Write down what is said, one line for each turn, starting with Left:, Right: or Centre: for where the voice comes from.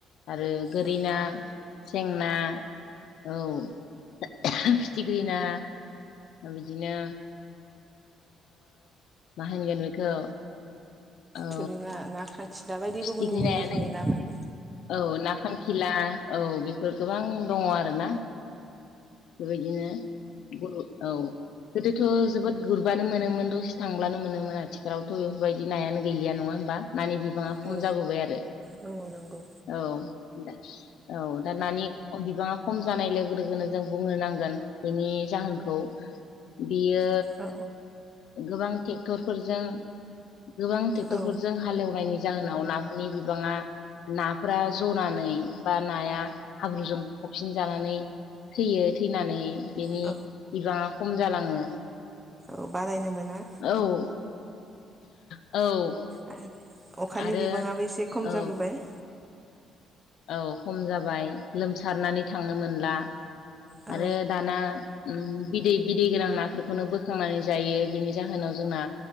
Left: आरो गोरिना
Right: औ
Left: सेंना औ फिथिख्रि ना बिदिनो मा होनगोन बेखौ औ
Right: थुरि ना ना खांखिलाा बायदि
Left: फिथिख्रि
Right: गुबुन गुबुन
Left: नायानो
Right: रोखोमनि ना मोनो
Left: औ ना खांखिला औ बेफोर गोबां दङ आरोना बेबायदिनो गु औ गोदोथ' जोबोद गुरबानो मोनोमोन दसे थांब्लानो मोनोमोन आथिखालावथ' बेफोरबायदि नायानो गैलिया नङा होमबा? नानि बिबाङा खम
Right: औ
Left: जाबोबाय आरो
Right: औ औ नंगौ
Left: औ दा औ दा नानि बिबाङा खम जानाय लोगो लोगोनो जों बुंनो नांगोन बेनि जाहोनखौ बियो
Right: औ
Left: गोबां ट्रेक्टरफोरजों गोबां ट्रेक्टरफोरजों
Right: औ
Left: हालेवनायनि जाहोनाव नानि बिबाङा नाफोरा जनानै बा नाया हाब्रुजों फबसिन जानानै थैयो थैनानै बेनि
Right: औ
Left: बिबाङा खम जालाङो
Right: औ बारायनो मोना
Left: औ औ
Right: आरो अखानि
Left: आरो
Right: बिबाङाबो एसे खम
Left: औ
Right: जाबोबाय
Left: औ खम जाबाय लोमसारनानै थांनो मोनला
Right: औ
Left: आरो दाना बिदै बिदै गोनां नाफोरखौनो बोखांनानै जायो बिनि जाहोनाव जोंना